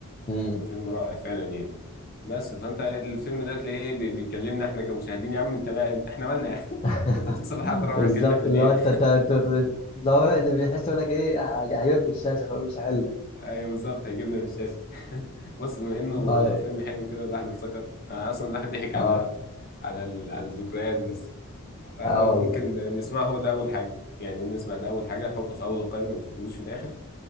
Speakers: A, on the left (about 25°); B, on the left (about 45°).
A: امم
B: كان فيلم رائع فعلا يعني بس فانت الفيلم ده تلاقيه بي- بيكلمنا احنا كمشاهدين يا عم انت ما انت احنا مالنا <laughs>
A: <laughs>
B: انت بتكسر الحلقه الرابعه
A: بالظبط
B: بتكلمنا احنا ليه
A: اللي هو انت انت انت- انت- لو هو بيحس يقول لك ايه هج- هجيبك من الشاشه فمش هحلك
B: ايوه بالظبط هيجيبنا من الشاشه <laughs> بص بما انه
A: اه
B: فيلم حلو كده الواحد افتكر أنا اصلا الواحد ضحك
A: اه
B: على على ال- على الذكريات بس فانا
A: اه
B: ممكن
A: والله
B: نسمعه هو ده اول حاجه يعني نسمع ده اول حاجه نحطه في اول القائمه ما تكتبوش في الاخر